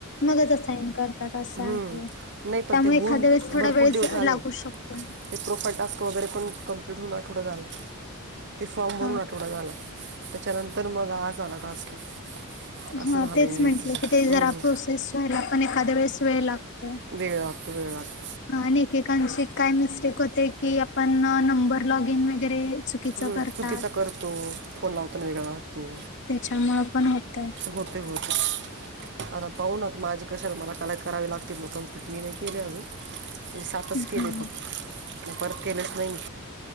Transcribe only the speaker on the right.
हम्म.
नाही पण ते होऊन
भरपूर
दिवस झाले
ते प्रोफाईल टास्क वगैरे पण कंप्लीट होऊन आठवडा झाला ते फॉर्म भरून
आठवडा झाला. त्याच्यानंतर मग आज आला टास्क. असं
झालं
आहे दिदीचं
वेळ लागतो, वेळ लागतो.
ह
चुकीचा करतो फोन लावताना वेगळा लागतो.
होते, होते आता पाहूनत माझी कशाला मला कलेक्ट करावे लागतील मकम. चटणी नाही केली अजून सातच केली
फक्त. आणि परत केलेच नाही मी.